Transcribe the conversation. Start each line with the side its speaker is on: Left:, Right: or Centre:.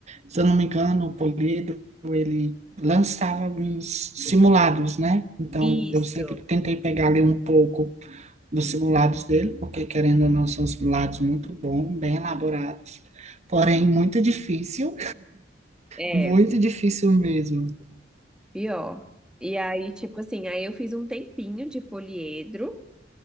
Right: se eu não me engano, o Poliedro, ele lançava alguns simulados, né? Então,
Centre: isso.
Right: eu sempre tentei pegar ali um pouco dos simulados dele, porque querendo ou não, são simulados muito bons, bem elaborados, porém muito difícil,
Centre: É,
Right: muito difícil mesmo.
Centre: Pior. E aí, tipo assim, aí eu fiz um tempinho de poliedro.